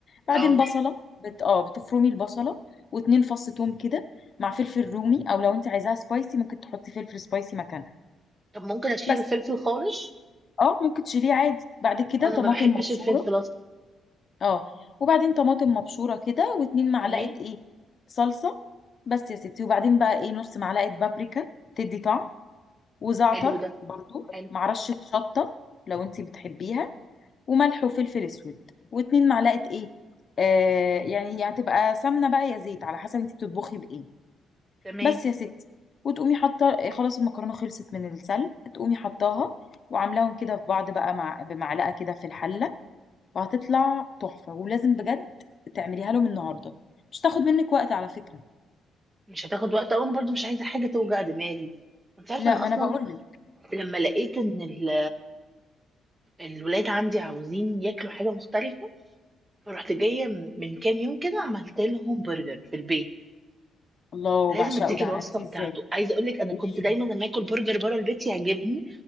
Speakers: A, on the left; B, on the right.
A: بعدين
B: اه
A: بصلة بت... اه بتفرمي البصلة واتنين فص توم كده مع فلفل رومي او لو انت عايزاها سبايسي ممكن تحطي فلفل سبايسي مكانها
B: طب ممكن اشيل
A: بس
B: الفلفل خالص
A: اه ممكن تشيليه عادي بعد كده
B: انا
A: طماطم
B: ما بحبش
A: مبشورة
B: الفلفل اصلا
A: اه وبعدين طماطم مبشورة كده واتنين معلقة
B: تمام
A: ايه صلصة بس يا ستي وبعدين بقى ايه نص معلقة بابريكا تدي طعم وزعتر
B: حلو ده
A: برضو
B: حلو
A: مع رشة شطة لو انتي بتحبيها وملح وفلفل اسود واتنين معلقة ايه آه يعني هي هتبقى سمنة بقى يا زيت على حسب انتي بتطبخي بايه
B: تمام
A: بس يا ستي وتقومي حاطة آه، خلاص المكرونة خلصت من السلق تقومي حطاها وعاملاهم كده في بعض بقى مع بمعلقة كده في الحلة وهتطلع تحفة ولازم بجد تعمليها لهم النهاردة مش تاخد منك وقت على فكرة
B: مش هتاخد وقت أوي، انا برضو مش عايزه حاجه توجع دماغي انت عارفه
A: لا
B: ان اصلا
A: ما انا بقول لك
B: لما لقيت ان ال- الولاد عندي عاوزين ياكلوا حاجه مختلفه فرحت جايه من كام يوم كده عملت لهم برجر في البيت
A: الله
B: لازم
A: بعشقه
B: اديكي
A: ده
B: الوصفه
A: عملتيه
B: بتاعته
A: ازاي
B: عايزه اقول لك انا
A: قولي
B: كنت دايما
A: لي
B: لما اكل برجر بره البيت يعجبني